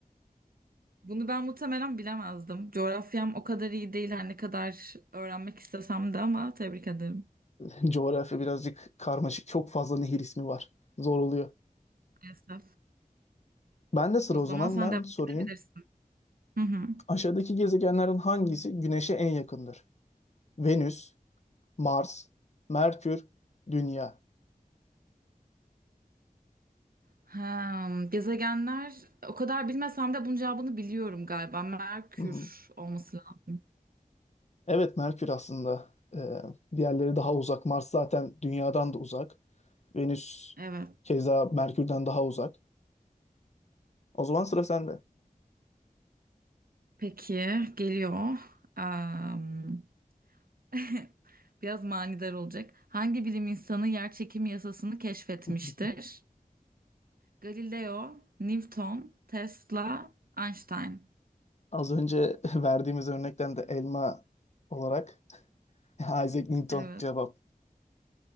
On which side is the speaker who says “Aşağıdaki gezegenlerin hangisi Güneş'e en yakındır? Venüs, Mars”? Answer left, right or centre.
Left